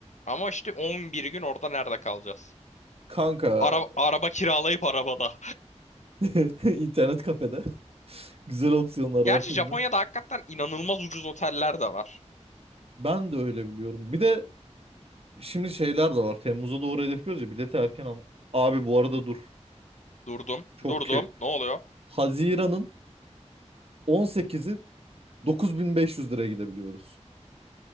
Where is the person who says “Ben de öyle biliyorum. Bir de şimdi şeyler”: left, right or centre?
Right